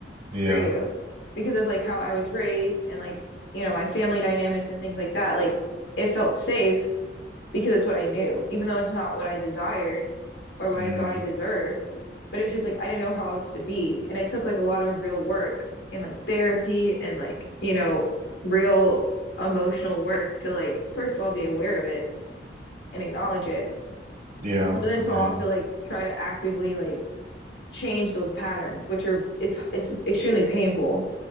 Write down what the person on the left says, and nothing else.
for you because of like how I was raised and like, you know, my family dynamics and things like that. Like it felt safe because it's what I knew, even though it's not what I desired or what
I thought I deserved. But it was just like I didn't know how else to be. And I took like a lot of real work and like therapy and like, you know, real emotional work to like, first of all, be aware of it and acknowledge it.
But then
to
also like try to actively like change those patterns, which are it's it's extremely painful.